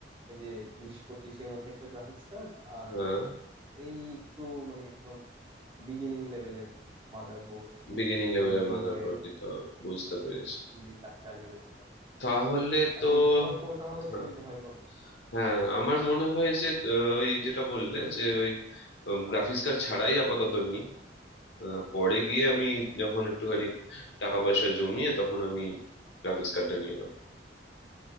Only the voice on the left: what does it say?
হ্যাঁ
বিগিনিং
লেভেলের মাদারবোর্ড
দিতে হবে বুঝতে পেরেছি
তাহলে
তো
হ্যাঁ
হ্যাঁ আমার মনে হয় যে আহ, ওই যেটা বললে যে ওই গ্রাফিক্স কার্ড ছাড়াই আপাতত নি আহ, পরে গিয়ে আমি যখন একটুখানি টাকা পয়সা জমিয়ে তখন আমি গ্রাফিক্স কার্ডটা নিয়ে নেব